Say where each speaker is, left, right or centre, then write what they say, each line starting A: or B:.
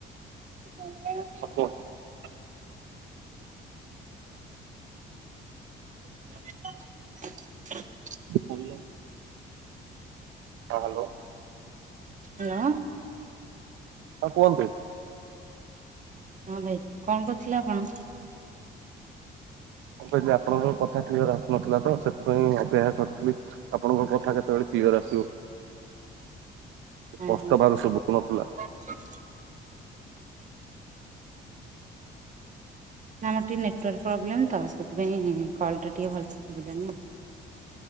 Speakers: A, on the right; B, on the right.
A: <inaudible>
B: <unintelligible>
A: <inaudible>
B: ଭଲ। ହଁ ହ୍ୟାଲୋ।
A: ହ୍ୟାଲୋ।
B: ହଁ କୁହନ୍ତୁ?
A: ହଁ ଭାଇ। କଣ କରୁଥିଲେ ଆପଣ?
B: ମୁଁ କହିଲି ଆପଣଙ୍କର କଥା କ୍ଲିଅର ଆସୁନଥିଲା। ତ ସେଥିପାଇଁ ଅପେକ୍ଷା କରିଥିଲି। ଖାଲି ଆପଣଙ୍କ କଥା କେତେବେଳେ କ୍ଲିଅର ଆସିବ। ସ୍ପଷ୍ଟ
A: ହଁ ହଁ
B: ଭାବରେ ସୁବୁ ନଥିଲା।
A: <inaudible> ନା ଆମର ଟିକେ ନେଟୱାର୍କ ପ୍ରୋବ୍ଲେମ୍ ତ। ସେଥିପାଇଁ କଲ୍ ଟା ଟିକେ ଭଲ ସୁୁଭିଲାନି ଆଉ।